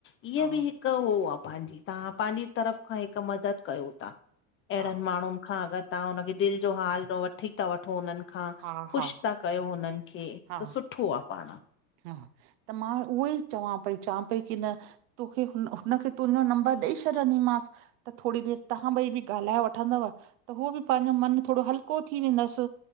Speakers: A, on the left; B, on the right.
A: ईंय
B: हा
A: बि हिक हो आ पांहिजी तव्हां पांजी तरफ़ खां हिक मदद कयो था। एहड़न
B: हा
A: माण्डून खां अगर तव्हां हुनखे दिल जो हाल वठी था वठो हुनन खां
B: हा
A: ख़ुश
B: हा
A: ता कयो हुनन खे
B: हा
A: त सुठो आ पांण
B: हा त मां उहो ई चवां पई चां पई की न तोखे हुन हुनखे तुंहिंजो नंबर ॾई छॾंदीमांस। त थोड़ी देर तव्हां ॿई बी ॻाल्हाए वठंदव त हो बि पांजो मन थोड़ो हलको थी वेंदस